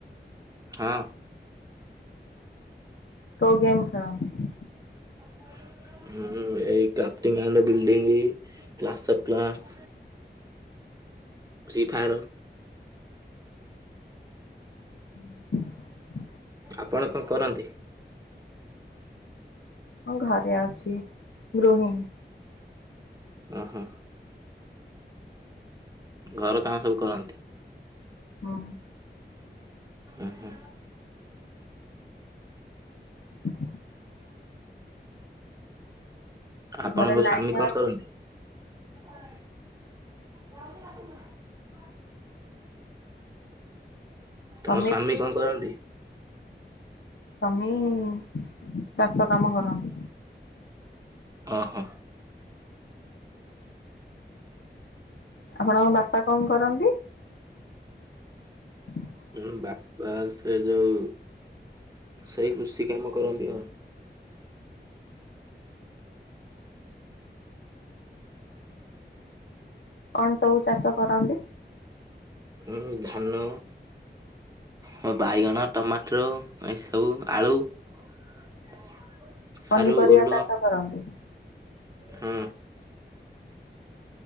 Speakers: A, on the right; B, on the left.
A: ହଁ।
B: କୋଉ ଗେମ୍ ଖେଳନ୍ତି।
A: <inaudible> ମୁଁ ଏଇ crafting and building class up class. Free fire.
B: <inaudible>
A: ଆପଣ କଁ କରନ୍ତି?
B: ମୁଁ ଘରେ ଅଛି ଗୃହିଣୀ।
A: ଓହୋ। ଘର କାମ ସବୁ କରନ୍ତି।
B: ହଁ।
A: ଉଁ ହୁଁ।
B: <inaudible>
A: ଆପଣଙ୍କ
B: ଘରେ ଲାଇନ
A: ସ୍ଵାମୀ କଣ
B: ଅଛି
A: କରନ୍ତି? <inaudible>
B: ସ୍ୱାମୀ
A: ତମ ସ୍ଵାମୀ କଣ କରନ୍ତି?
B: ସ୍ୱାମୀ ଚାଷ କାମ କରନ୍ତି।
A: ଓ ହୋ।
B: ଆପଣଙ୍କ ବାପା କଣ କରନ୍ତି? <inaudible>
A: ହୁଁ ବାପା ସେ ଯୋଉ ସେଇ କୃଷି କାମ କରନ୍ତି ଆଉ।
B: କଣ ସବୁ ଚାଷ କରନ୍ତି?
A: ଉଁ ଧାନ। ହ ବାଇଗଣ, ଟମାଟର, ଏ ସବୁ ଆଳୁ। <inaudible>
B: ପନିପରିବା
A: ଓଲୁଅ
B: ଚାଷ କରନ୍ତି?
A: ହୁଁ।